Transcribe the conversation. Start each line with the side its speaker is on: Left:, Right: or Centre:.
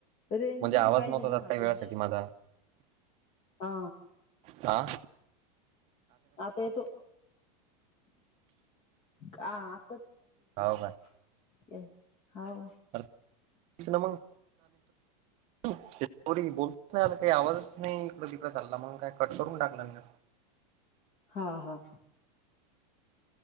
Left: रेंज
Right: म्हणजे
Left: मध्ये
Right: आवाज
Left: पाहिजे
Right: नको
Left: ना
Right: जात काय
Left: रेंज
Right: वेळासाठी माझा.
Left: हा
Right: आ
Left: आता येतो का
Right: हो
Left: <unintelligible> हाव
Right: <inaudible> बोल नाही आला काही आवाजच नाही इकं तिकड चाला मग काय कट करून टाकला म.
Left: हा हा